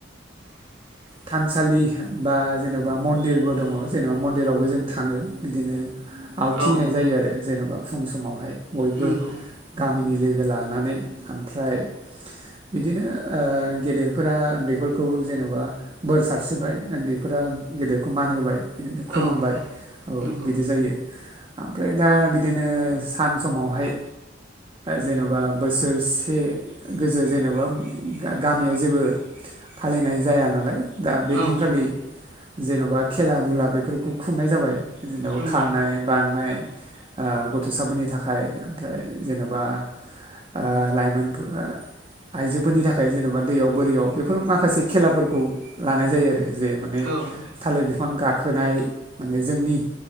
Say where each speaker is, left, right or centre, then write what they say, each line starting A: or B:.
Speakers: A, on the right; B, on the right.
A: <inaudible>
B: थानसालि बा जेन'बा मन्दिरबो दङ जेनेबा मन्दिरावबो जों थाङो बिदिनो आवथि
A: औ
B: होनाय जायो आरो जेनेबा फुं समावहाय बयबो
A: नंगौ
B: गामिनि लोगो लानानै ओमफ्राय बिदिनो गेदेरफोरा उन्दैफोरखौ जेनेबा बोर सारस्रिबाय उन्दैफोरा गेदेरखौ मान होबाय बिदिनो खुलुमबाय
A: औ
B: औ
A: नंगौ
B: बिदि जायो ओमफ्राय दा बिदिनो सान समावहाय जेन'बा बोसोरसे गोजो जेनेबा गामियाव जेबो फालिनाय जाया नालाय दा बे
A: औ
B: दिनखालि जेन'बा खेला दुला बेफोरखौ खुंनाय जाबाय जेनेबा
A: नंगौ
B: खारानाय बारनाय आ गथ'साफोरनि थाखाय ओमफ्राय जेन'बा ओ लाइमोनफोर आइजोफोरनि थाखाय जेन'बा दैयाव बोरियाव बेफोर माखासे खेलाफोरखौ लानाय जायो आरो जे माने
A: औ
B: थालिर बिफां गाखोनाय माने जोंनि